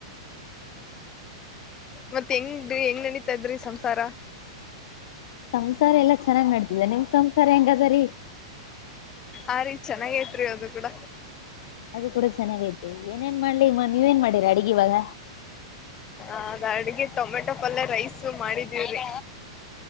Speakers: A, on the left; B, on the left.
A: ಮತ್ತೆ ಹೆಂಗೀ ಹೆಂಗ್ ನಡಿತಾ ಇದ್ರಿ ಸಂಸಾರ
B: ಸಂಸಾರ ಎಲ್ಲಾ ಚೆನ್ನಾಗ್ ಮಾಡ್ತಿದೆ ನಿಮ್ ಸಂಸಾರ ಹೆಂಗ ಅದರಿೀ
A: ಆ ರೀ ಚೆನ್ನಾಗ ಐತ್ರಿ ಅದು ಕೂಡ
B: ಅದು ಕೂಡ ಚೆನ್ನಾಗೈಐತೆ ಏನಏನ್ ಮಾಡ್ಲಿ ನೀವೇನ್ ಮಾಡ ಅಡುಿಗೆಿ ಬಾಗ
A: ಅದ ಅಡ್ಗೆ ಟೊಮೆಟೊ ಪಲ್ಯ ರೈಸ್ ಮಾಡಿದೀವ್ರಿ